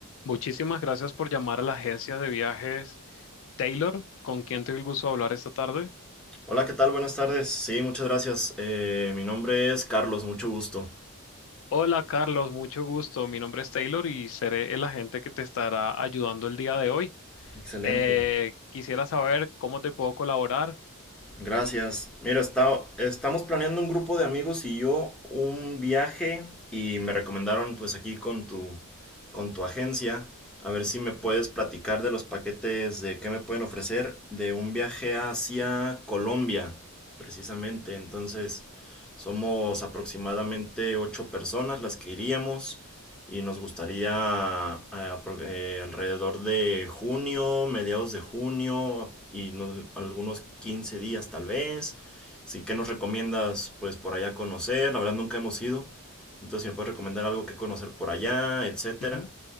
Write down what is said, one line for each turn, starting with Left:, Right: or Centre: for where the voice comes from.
Left: Muchísimas gracias por llamar a la agencia de viajes Taylor, con quien tengo el gusto de hablar esta tarde.
Centre: Hola, ¿qué tal? Buenas tardes. Sí, muchas gracias. Eh, mi nombre es Carlos, mucho gusto.
Left: Hola Carlos, mucho gusto. Mi nombre es Taylor y seré el agente que te estará ayudando el día de hoy.
Centre: Excelente.
Left: Eh, quisiera saber cómo te puedo colaborar.
Centre: Gracias. Mira, está- estamos planeando un grupo de amigos y yo un viaje y me recomendaron pues aquí con tu, con tu agencia, a ver si me puedes platicar de los paquetes de qué me pueden ofrecer de un viaje hacia Colombia, precisamente. Entonces, somos aproximadamente ocho personas las que iríamos. Y nos gustaría eh, eh, alrededor de junio, mediados de junio y no- algunos 15 días tal vez. Sí, ¿qué nos recomiendas pues por allá conocer? La verdad nunca hemos ido. Entonces, si me puedes recomendar algo que conocer por allá, etcétera.
Left: Ujú.